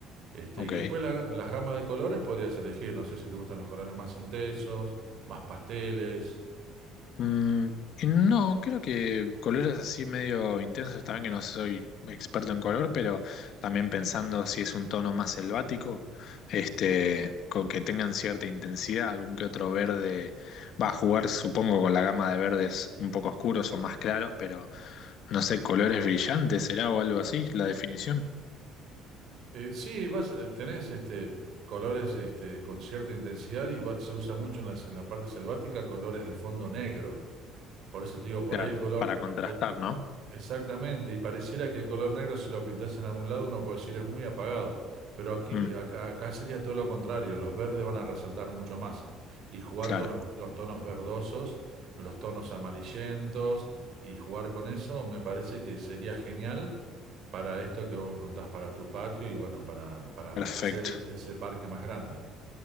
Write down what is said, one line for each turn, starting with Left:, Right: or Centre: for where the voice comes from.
Right: Este,
Left: Ok.
Right: y después la- las gamas de colores podrías elegir. No sé si te gustan los colores más intensos, más pasteles.
Left: Mm, y no, creo que colores así medio intensos, también que no soy experto en color, pero también pensando si es un tono más selvático, este, con que tengan cierta intensidad, algún que otro verde va a jugar, supongo, con la gama de verdes un poco oscuros o más claros, pero no sé, colores brillantes será o algo así, la definición.
Right: Eh, sí, vas, eh, tenés este, colores este, con cierta intensidad y va- se usa mucho en las- en la parte selvática colores de fondo negro. Por eso te digo, por
Left: Claro,
Right: ahí el color.
Left: para contrastar,
Right: eh,
Left: ¿no?
Right: Exactamente, y pareciera que el color negro, si lo pintas en algún lado, uno puede decir es muy apagado, pero aquí, eh,
Left: Mm,
Right: acá, acá sería todo lo contrario, los verdes van a resaltar mucho más y jugar
Left: claro,
Right: con los, los tonos verdosos, los tonos amarillentos y jugar con eso me parece que sería genial para esto que vos me preguntás, para tu patio y bueno, para, para
Left: perfecto.
Right: hacer e- ese parque más grande.